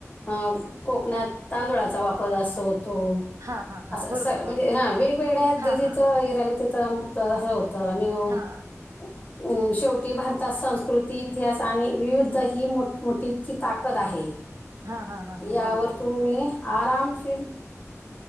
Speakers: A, on the left; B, on the right.
A: अं कोकणात तांदूळाचा वापर जास्त होतो.
B: हां हां हां
A: अस
B: बरोबर
A: स म्हणजे
B: बरोबर
A: हा वेगवेगळ्या
B: हां
A: जे जिथं
B: हां हां
A: हे राहिलं तिथं तं होत तं आणिवं
B: हां
A: अम्म शेवटी भारतात संस्कृती इतिहास आणि विविध ही मोठमोठीची ताकद आहे.
B: हां हां हां हां
A: यावर
B: बरोबर
A: तुम्ही
B: बरोबर आहे.
A: आरामशीर